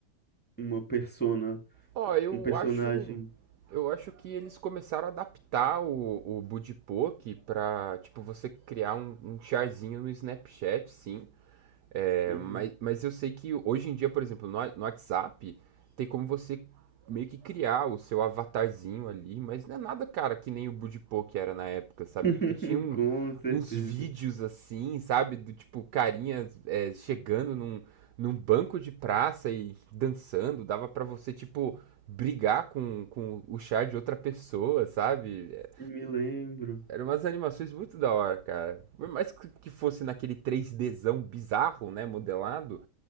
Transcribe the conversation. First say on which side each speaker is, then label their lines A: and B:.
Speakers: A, in the centre; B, on the right.
A: uma persona,
B: Ó, eu
A: um personagem.
B: acho. Eu acho que eles começaram a adaptar o, o Budipoke pra, tipo, você criar um, um charzinho no Snapchat, sim. É,
A: Uhum.
B: mas, mas eu sei que hoje em dia, por exemplo, no, no WhatsApp, tem como você meio que criar o seu avatarzinho ali, mas não é nada, cara, que nem o Budipô que era na época, sabe?
A: <laughs>
B: Porque tinha um-
A: Com certeza.
B: uns vídeos assim, sabe? Do tipo, carinha é, chegando num, num banco de praça e dançando, dava pra você, tipo, brigar com, com o char de outra pessoa, sabe? É,
A: Me lembro.
B: eram umas animações muito da hora, cara. Por mais que que fosse naquele 3Dzão bizarro, né, modelado,